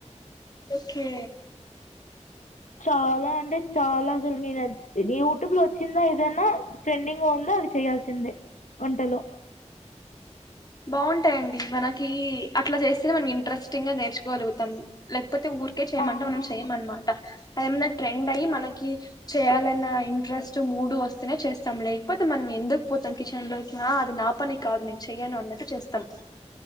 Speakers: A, on the left; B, on the left.
A: ఓకే
B: ఆ చాలా అంటే చాలా అసలు నేనయ్ ది యూటూబ్ లో వచ్చిందా ఏదన్నా ట్రెండింగ్ లో ఉన్న అది చేయాల్ స్ సింధె వంటలో
A: బాఉంటాయండి మనకి అట్లా జేస్తేనే మనం ఇంట్రెస్టింగ్ గా నేర్చుకోలుగుతాం లేట్ పోతే ఊర్ కే చేయమంట
B: అవునవును
A: మనం చెయ్ మన్ మాట అదేమన్నా ట్రెండ్ అయ్యి మనకి చేయాలన్న ఇంట్రెస్ట్ మూడు వస్తేనే చేస్తాం లేక్ పోతే మన్ మే ఎందుక్ పోతను కిచెన్ లోకి ఆ అది నా పని కాదు నేను చెయను అన్నట్టు చేస్తామ్